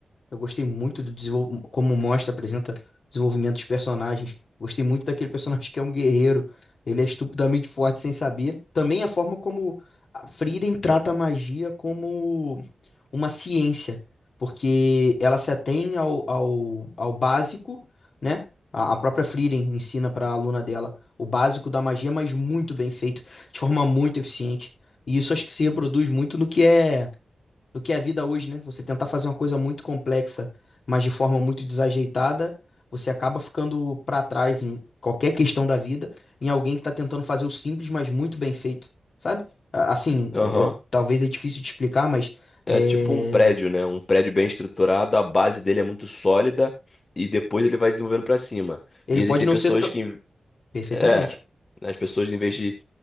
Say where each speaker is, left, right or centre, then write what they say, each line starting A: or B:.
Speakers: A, on the left (about 65°); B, on the left (about 40°).
A: Eu gostei muito do desenvol... como mostra, apresenta o desenvolvimento dos personagens. Gostei muito daquele personagem que é um guerreiro. Ele é estupidamente forte sem saber. Também a forma como a Frieren trata a magia como uma ciência, porque ela se atém ao, ao, ao básico, né? A, a própria Frieren ensina para a aluna dela o básico da magia, mas muito bem feito, de forma muito eficiente. E isso acho que se reproduz muito no que é do que é a vida hoje, né? Você tentar fazer uma coisa muito complexa, mas de forma muito desajeitada, você acaba ficando pra trás em qualquer questão da vida, em alguém que tá tentando fazer o simples, mas muito bem feito, sabe? A- Assim,
B: Aham.
A: é- é- talvez é difícil de explicar, mas é,
B: É tipo um prédio, né? Um prédio bem estruturado, a base dele é muito sólida e depois ele vai desenvolvendo pra cima.
A: ele
B: E existem
A: pode não
B: pessoas
A: ser tão...
B: que,
A: Perfeitamente.
B: é, né, as pessoas em vez de